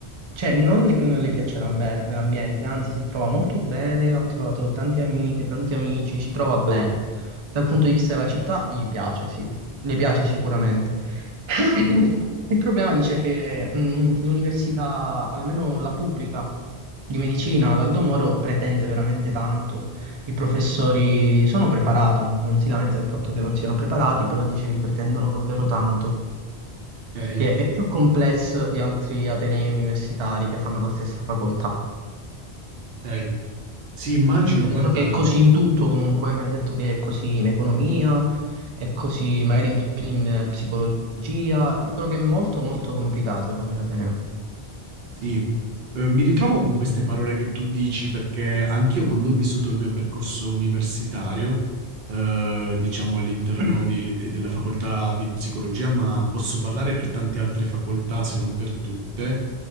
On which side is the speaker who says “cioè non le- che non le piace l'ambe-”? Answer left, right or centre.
Right